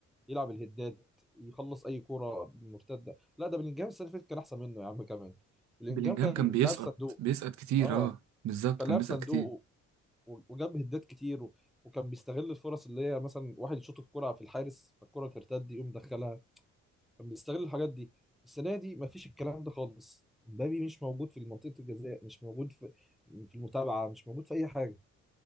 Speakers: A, in the centre; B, on the right.
A: يلعب الهدات يخلص اي كوره مرتده لا ده بلينجهام السنه اللي فاتت كان احسن منه يا عم كمان بلينجهام
B: بلينجهام
A: كان
B: كان بيسقط
A: لاعب صندوق
B: بيسقط كتير
A: اه
B: اه بالظبط
A: كان
B: كان
A: لاعب
B: بيسقط
A: صندوق
B: كتير
A: و- وجاب هدات كتير و- وكان بيستغل الفرص اللي هي مثلا واحد يشوط الكرة في الحارس فالكرة ترتد يقوم دخلها كان بيستغل الحاجات دي السنه دي مفيش الكلام ده خالص مبابي مش موجود في منطقه الجزاء مش موجود في في المتابعه مش موجود في اي حاجه